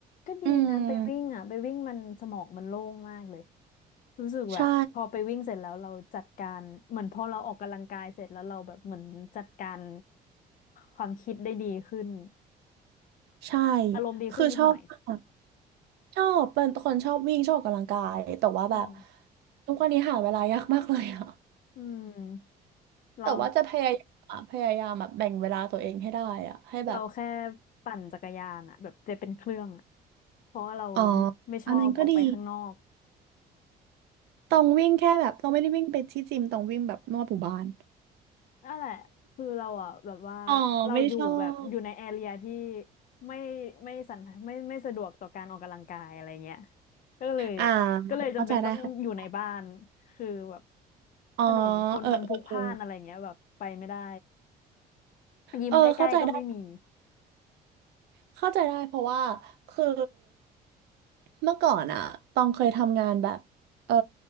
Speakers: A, on the left (about 50°); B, on the right (about 75°).
A: ก็ดีนะไปวิ่งอ่ะไปวิ่งมันสมองมันโล่งมากเลย
B: อืม
A: รู้สึกแบบพอไปวิ่งเสร็จแล้วเราจัดการเหมือนพอเราออกกำลังกายเสร็จแล้วเราแบบเหมือนจัดการ
B: ใช่
A: ความคิดได้ดีขึ้น
B: ใช่
A: อารมณ์ดีขึ้นนิดหน่อย
B: คือชอบชอบเป็นคนชอบวิ่งชอบออกกำลังกายแต่ว่าแบบ
A: อืม
B: ทุกวันนี้หาเวลายากมากเลยอ่ะ
A: อืมเรา
B: แต่ว่าจะพยายามอะพยายามแบบแบ่งเวลาตัวเองให้ได้อะให้แบบ
A: เราแค่ปั่นจักรยานอ่ะแบบจะเป็นเครื่องอ่ะเพราะว่าเรา
B: อ๋อ
A: ไม่ชอบออกไปข้างนอก
B: อันนั้นก็ดีต้องวิ่งแค่แบบต้องไม่ได้วิ่งไปที่จิมต้องวิ่งแบบนวดหมู่บ้าน
A: นั่นแหละคือเราอ่ะแบบว่าเราอยู่แบบอยู่ในแอเรียที่
B: อ๋อไม่ชอบ
A: ไม่ไม่สันไม่ไม่สะดวกต่อการออกกำลังกายอะไรเงี้ยก็เลย
B: อ่า
A: ก็เลยจำเป็นต้องอยู่ในบ้าน
B: เข้าใจได้ค่ะ
A: คือแบบ
B: อ๋อ
A: ถนนคนมันพลุกพล่านอะไรเงี้ยแบบไปไม่ได้
B: เออเออเออ
A: ยิมใกล้ๆก็ไม่มี
B: เออเข้าใจได้เข้าใจได้เพราะว่าคือเมื่อก่อนอะตองเคยทำงานแบบเออ